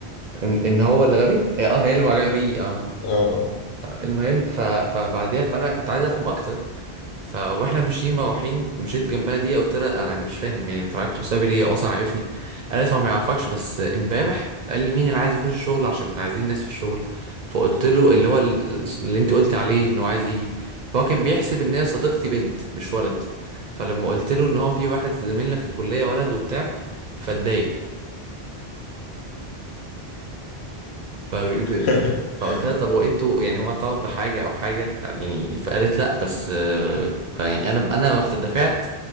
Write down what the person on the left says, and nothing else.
اه اه
<laughs>